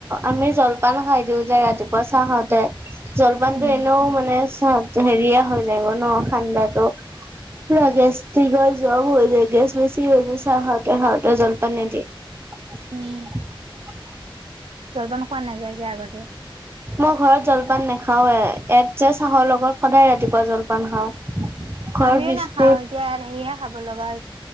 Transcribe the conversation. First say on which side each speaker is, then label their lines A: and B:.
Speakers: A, on the right; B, on the right.
A: আমি জলপান খাই দিওঁ যে ৰাতিপুৱা চাহ খাওঁতে। জলপানতটো
B: উম
A: এনেও মানে চ হেৰিয়া হৈ যায় গ ন ঠাণ্ডাটো। পুৰা গেছট্ৰিক আৰু জ্বৰ হৈ যায় গেছ বেছি হৈ যায় চাহ খাওঁতে খাওঁতে জলপান নি দিয়ে <unintelligible>
B: উম জলপান খোৱা নাযায় যোয় আগতে।
A: মই ঘৰত জলপান নাখাৱে এট যে চাহৰ লগত সদায় ৰাতিপুৱা জলপান খাওঁ। ঘৰত
B: আমিও
A: বিস্কুট
B: নাখাও এতিয়া ইয়াত আহিয়ে খাব লগা হৈছ